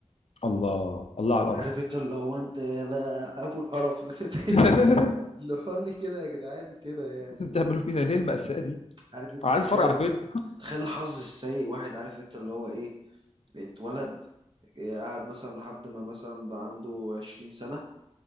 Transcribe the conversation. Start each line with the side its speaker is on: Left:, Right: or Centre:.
Left: الله الله على القرف
Right: عارف أنت اللي هو أنت يا لا أبو القرف اللي في <laughs>
Left: <laughs>
Right: اللي هو لي كده يا جدعان كده يعني
Left: انتوا بتعملوا فينا ليه المأساة دي؟
Right: عارف أنت
Left: انا
Right: تخيل
Left: عايز اتفرج على فيلم
Right: تخيل الحظ السيء واحد عارف انت اللي هو ايه اتولد قاعد مثلا لحد ما مثلا بقى عنده 20 سنة